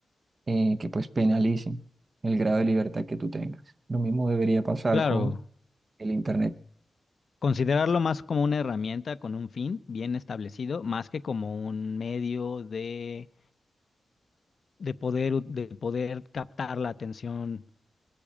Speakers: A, on the right; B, on the left.
A: eh, que pues penalicen el grado de libertad que tú tengas. Lo mismo debería pasar
B: claro.
A: con el Internet,
B: Considerarlo más como una herramienta con un fin bien establecido, más que como un medio de, de poder, u- de poder captar la atención